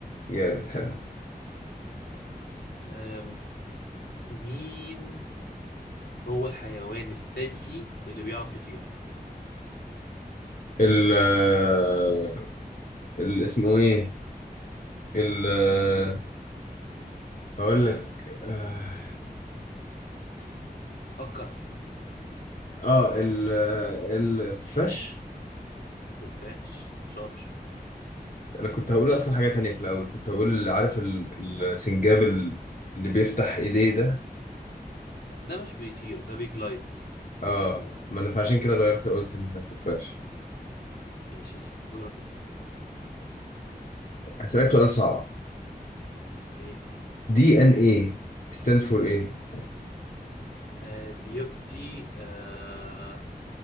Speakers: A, on the left; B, on the left.
A: جامد حلو
B: آه... مين هو الحيوان الثدي اللي بيعرف يطير
A: ال آه، ال- اسمه ايه ال آه،
B: قول
A: هقول لك اه
B: فكر
A: آه، ال آه، الخفاش
B: الخفاش شاطر
A: انا كنت هقول اصلا حاجة تانية في الاول كنت هقول عارف ال- السنجاب ال- اللي بيفتح ايديه ده
B: ده مش بيطير ده بيجلايد في
A: اه
B: فرق
A: ما انا فعشان كده غيرت قلت إن ده خفاش
B: ماشي يا سيدي دورك يا سيدي
A: هسألك سؤال صعب
B: ايه
A: دي ان ايه stand for ايه
B: آه ديوكسي آه